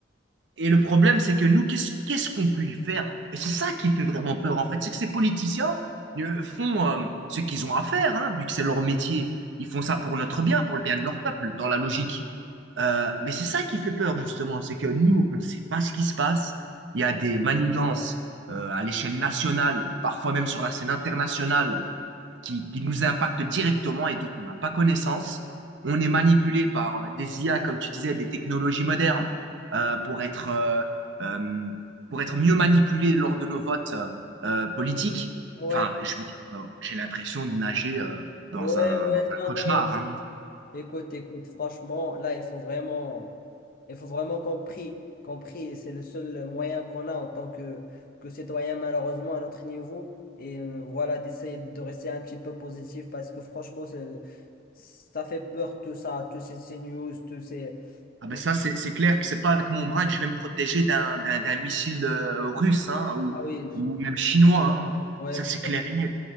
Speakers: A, on the right; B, on the left.
A: Et le problème, c'est que nous, qu'est-ce, qu'est-ce qu'on peut y faire? Et c'est ça qui fait vraiment peur, en fait. C'est que ces politiciens euh, font euh, ce qu'ils ont à faire, hein, vu que c'est leur métier. Ils font ça pour notre bien, pour le bien de leur peuple, dans la logique. Euh, mais c'est ça qui fait peur, justement, c'est que nous, on ne sait pas ce qui se passe. Il y a des manigances euh, à l'échelle nationale, parfois même sur la scène internationale, qui, qui nous impactent directement et dont on n'a pas connaissance. On est manipulé par euh, des IA, comme tu disais, des technologies modernes, euh, pour être, euh, euh, pour être mieux manipulé lors de nos votes euh, euh, politiques.
B: ouais,
A: Enfin, je veux dire, euh, j'ai l'impression de nager euh, dans
B: ouais,
A: un,
B: ouais,
A: dans un
B: non,
A: cauchemar,
B: non,
A: hein.
B: Écoute, écoute, franchement, là, il faut vraiment, il faut vraiment qu'on prie, qu'on prie, c'est le seul moyen qu'on a en tant que, que citoyen, malheureusement, à notre niveau. Et euh, voilà, d'essayer de rester un petit peu positif parce que franchement, c'est- ça fait peur tout ça, tous ces, ces news, tous ces,
A: Ah
B: tous-
A: ben ça, c'est c'est clair que c'est pas avec mon bras que je vais me protéger d'un d'un d'un missile euh, russe hein, ou,
B: Ah oui,
A: ou même chinois. hein.
B: ouais,
A: Ça,
B: je
A: c'est
B: comprends,
A: clair et net.